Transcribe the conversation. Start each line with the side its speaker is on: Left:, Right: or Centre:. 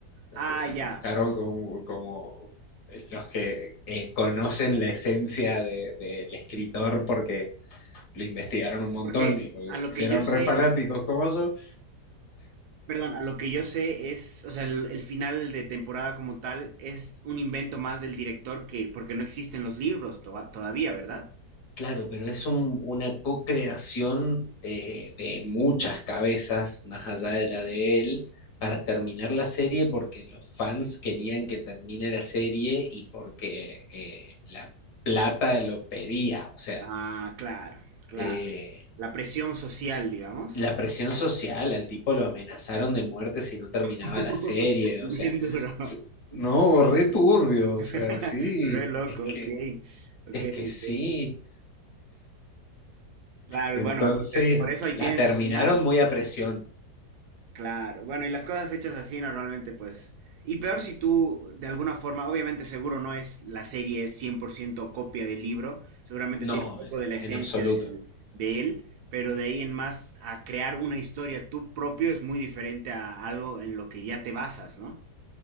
Left: los
Right: Ah,
Left: que se
Right: ya.
Left: enroscaron como, como eh, los que eh, conocen la esencia de- del escritor porque lo investigaron un montón
Right: Porque
Left: y porque
Right: a
Left: se
Right: lo
Left: hicieron
Right: que yo sé,
Left: re fanáticos como yo.
Right: Perdón, a lo que yo sé es, o sea, el, el final de temporada como tal es un invento más del director que, porque no existen los libros to- todavía, ¿verdad?
Left: Claro, pero es un- una co-creación eh, de muchas cabezas, más allá de la de él, para terminar la serie porque los fans querían que termine la serie y porque eh, la plata lo pedía. O sea,
Right: Ah, claro, claro.
Left: eh,
Right: La presión social, digamos.
Left: la presión social, al tipo lo amenazaron de muerte si no terminaba
Right: <laughs>
Left: la serie.
Right: Bien
Left: O sea,
Right: duro.
Left: s- no, re turbio.
Right: <laughs>
Left: O sea, sí,
Right: Re loco,
Left: es que,
Right: ok. Ok,
Left: es que sí.
Right: ok. Claro,
Left: Entonces,
Right: y bueno, pues, por eso ahí
Left: la
Right: tienen
Left: terminaron
Right: su final,
Left: muy a presión.
Right: Claro, bueno, y las cosas hechas así normalmente, pues, y peor si tú, de alguna forma, obviamente seguro no es, la serie es 100% copia del libro, seguramente
Left: No,
Right: tiene un poco de la esencia
Left: en absoluto.
Right: del- de él, pero de ahí en más a crear una historia tú propio es muy diferente a algo en lo que ya te basas, ¿no?